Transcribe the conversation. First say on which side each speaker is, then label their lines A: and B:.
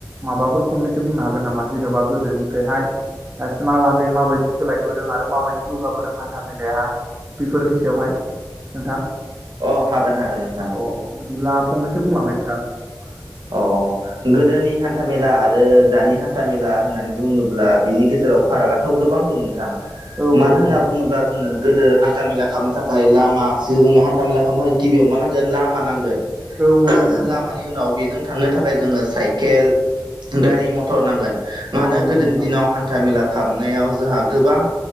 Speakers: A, on the right; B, on the right.
A: माबाफोर फंनैसो बुंनो हागोन नामा जेन'बा गोदोनिफ्रायहाय दासिमहालागै माबायदि सोलायबोदों आरो माबायदि जौगाबोदों हान्था मेलायाहाय बेफोरनि सायावहाय नोंथां
B: अ हागोन हागोन नों
A: अ बिदिब्ला फंनैसो बुंलांनाय नोंथां
B: अ
A: औ
B: गोदोनि नि हान्था मेला आरो दानि हान्था मेला होननानै बुङोब्ला बिनि गेजेराव फारागथ' गोबां दं नोंथां
A: औ औ
B: मानो
A: नंगौ
B: होनना बुङोब्ला जोङो गोदो हान्था मेला खालामनो थाखाय लामा जोङो हान्था मेला खालामनो थाखाय गिबियाव मा नांगोन लामा नांगोन लामानि
A: औ औ नंगौ नोंथां
B: उनाव बेजों थांनो थाखाय जोङो साइकेल गारि मथर नांगोन मानो
A: औ नंगौ
B: गोदोनि
A: नंगौ नोंथां
B: दिनाव हान्था मेला हाबनायाव जोंहा गोबां